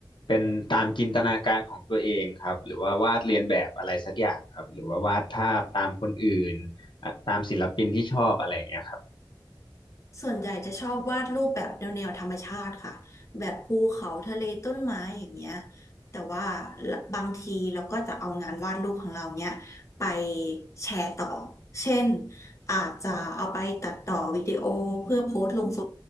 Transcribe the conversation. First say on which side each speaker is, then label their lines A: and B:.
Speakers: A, on the left; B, on the left.
A: เป็นตามจินตนาการของตัวเองครับหรือว่าวาดเรียนแบบอะไรสักอย่างครับหรือว่าวาดภาพตามคนอื่นอ่ะตามศิลปินที่ชอบอะไรอย่างเงี้ยครับ
B: ส่วนใหญ่จะชอบวาดรูปแบบแนวแนวธรรมชาติค่ะแบบภูเขาทะเลต้นไม้อย่างเงี้ยแต่ว่าบางทีเราก็จะเอางานวาดรูปของเราเนี้ยไปแชร์ต่อเช่นอาจจะเอาไปตัดต่อวิดีโอเพื่อโพสต์ลงโซ